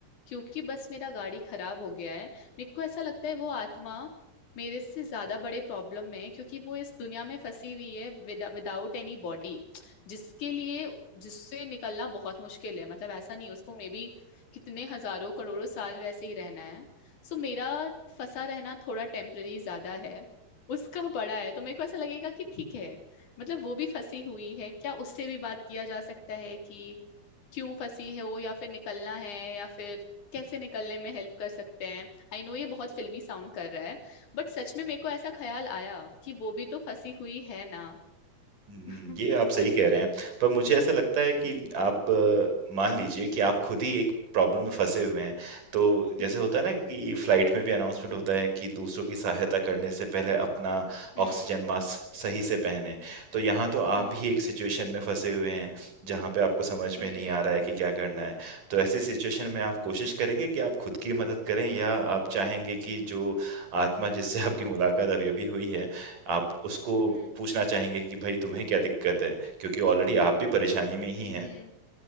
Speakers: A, on the left; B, on the right.
A: क्योंकि बस मेरा गाड़ी खराब हो गया है मेरे को ऐसा लगता है वो आत्मा मेरे से ज्यादा बड़े प्रॉब्लम में है क्योंकि वो इस दुनिया में फंसी हुई है विदाउट एनी बॉडी जिसके लिए जिससे निकलना बहुत मुश्किल है मतलब ऐसा नहीं है, उसको मे बी कितने हजारों करोड़ों साल वैसे ही रहना है सो मेरा फंसा रहना थोड़ा टेम्पररी ज्यादा है उसका बड़ा है तो मेरे को ऐसा लगेगा कि ठीक है मतलब वो भी फंसी हुई है क्या उससे भी बात किया जा सकता है कि क्यों फंसी है वो या फिर निकलना है या फिर कैसे निकलने में हेल्प कर सकते हैं आई नो ये बहुत फिल्मी साउंड कर रहा है बट सच में मेरे को ऐसा ख्याल आया कि वो भी तो फंसी हुई है ना
B: हुँ,
A: <laughs>
B: ये आप सही कह रहे हैं। पर मुझे ऐसा लगता है कि आप अ, मान लीजिए कि आप खुद ही एक प्रॉब्लम में फँसे हुए हैं, तो जैसे
A: हम्म
B: होता है ना कि फ्लाइट में भी अनाउंसमेंट होता है कि दूसरों की सहायता करने से पहले अपना
A: हम्म
B: ऑक्सीजन मास्क सही से पहनें। तो यहाँ तो आप
A: हम्म
B: ही एक सिचुएशन में फँसे हुए हैं, जहाँ पे आपको समझ
A: हम्म
B: में नहीं
A: हम्म
B: आ रहा है कि क्या करना है। तो ऐसी सिचुएशन में आप कोशिश करेंगे कि आप खुद की मदद करें या आप चाहेंगे कि जो आत्मा जिससे आपकी मुलाकात अभी-अभी हुई है, आप उसको
A: हम्म
B: पूछना चाहेंगे कि भाई तुम्हें क्या दिक्कत है क्योंकि ऑलरेडी आप भी परेशानी में
A: हम्म
B: ही हैं